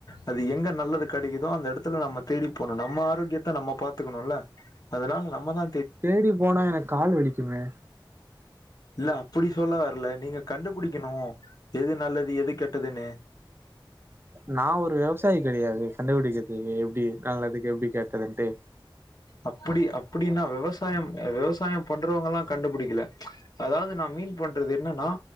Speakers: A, on the left; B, on the right.
A: அது எங்க நல்லதுக் கெடைக்குதோ அந்த இடத்துல நம்ம தேடி போனு நம்ம ஆரோக்கியத்த நம்ம பாத்துக்கணுல அதனால நம்ம தா
B: தேடி போனா எனக்கு கால் வலிக்குமே
A: இல்ல அப்டி சொல்ல வரல நீங்க கண்டுபிடிக்கணு எது நல்லது எது கெட்டதுன்னு
B: நா ஒரு வெவசாயி கெடியாது கண்டுபிடிக்கறதுக்கு எப்டி நல்லதுக்கெப்டி கெட்டதுன்டு
A: அப்டி அப்டின்னா விவசாயோ விவசாயோ பண்றவங்கல்லா கண்டுபுடிக்கல அதாவது நா மீன் பண்றது என்னன்னா